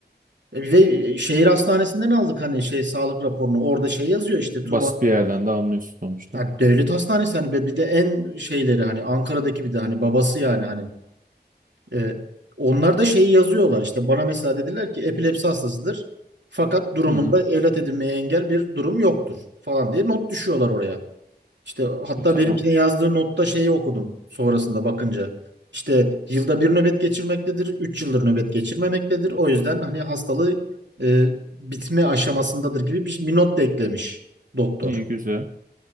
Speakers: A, on the right; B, on the right.
A: Ve e, şehir hastanesinden aldık hani şey sağlık raporunu. Orada şey yazıyor işte Tuba
B: Basit bir yerden de almıyorsun sonuçta.
A: Ha, devlet hastanesi hani bir bir de en şeyleri hani Ankara'daki bir de hani babası yani hani e, onlar da şeyi yazıyorlar. işte. bana mesela dediler ki epilepsi hastasıdır. Fakat durumunda
B: Hı hı.
A: evlat edinmeye engel bir durum yoktur falan diye not düşüyorlar oraya. İşte hatta
B: E, tamam.
A: benimkine yazdığı notta şeyi okudum sonrasında bakınca. İşte yılda bir nöbet geçirmektedir, 3 yıldır nöbet geçirmemektedir. O yüzden hani hastalığı e, bitme aşamasındadır gibi bir, bir not da eklemiş doktor.
B: İyi güzel.